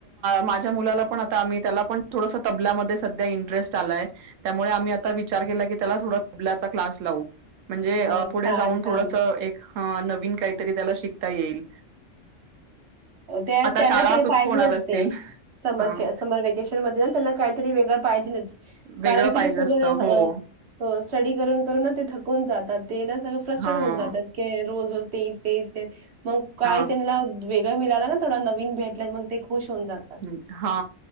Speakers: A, on the right; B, on the right.
A: माझ्या मु पण त्या पण तबध इंटरेस्ट आलाय त्यामुळे आम्ही आ विचार केला क त्या ोडचा क्लास लावू म्हणजे
B: हो,
A: पुढे
B: छान,
A: जाऊन थोडस
B: छान.
A: एक हा नवीन काहीतरी त्याला शिकता येईल
B: त्या
A: आता
B: त्याला
A: शाळा
B: ते
A: सुरू
B: पाहिजेच
A: होणार असतील.
B: ते समर
A: हां.
B: समर वकेशन मध्ये त्याला काहीतरी वेगळं
A: वेगळं
B: कारण
A: पाहिजे
B: क सळ
A: असतं. हो.
B: स्टडी करून करून ते थकून जातात ते ना सगळं फ्रस्टेड
A: हां.
B: होऊ जात रोज तेस तेस ते मग काही
A: हां.
B: त्यांला वेगळ मिळाला ना थोड नन भेटलाय मग ते खुश होऊन जातात.
A: ् हा